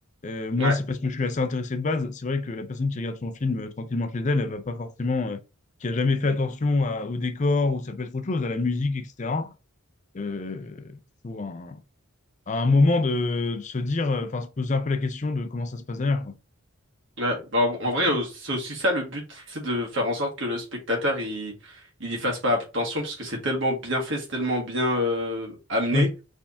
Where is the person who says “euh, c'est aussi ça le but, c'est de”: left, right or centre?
Right